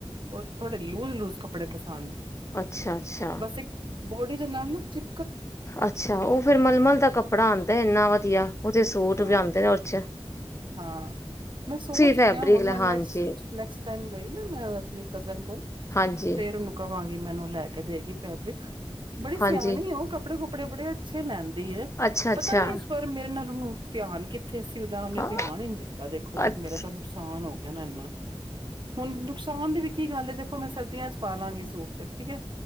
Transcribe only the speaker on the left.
ਅੱਛਾ-ਅੱਛਾ,
ਅੱਛਾ, ਉਹ ਫੇਰ ਮਲਮਲ ਦਾ ਕੱਪ ਕੱਪੜਾ ਆਉਂਦਾ ਏਨਾ ਵਧੀਆ ਉਹ ਤੇ ਸੂਟ
ਵੀ ਆਉਂਦੇ ਨੇ, ਅੱਛਾ,
ਫੈਬਰਿਕ
ਲੈ
ਹਾਂਜੀ
ਹਾਂਜੀ
ਹਾਂਜੀ
ਅੱਛਾ ਅੱਛਾ
ਹਾਂ
ਅੱਛ